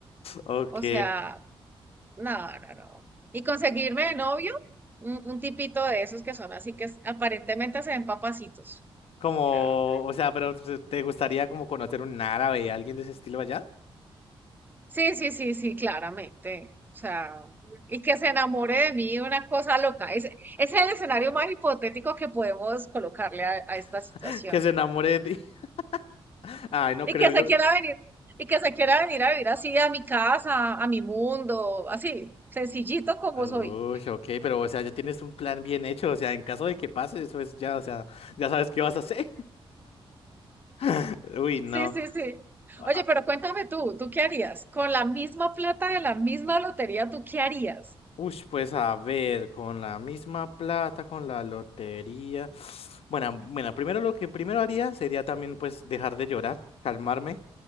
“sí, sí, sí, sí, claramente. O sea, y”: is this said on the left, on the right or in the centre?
Right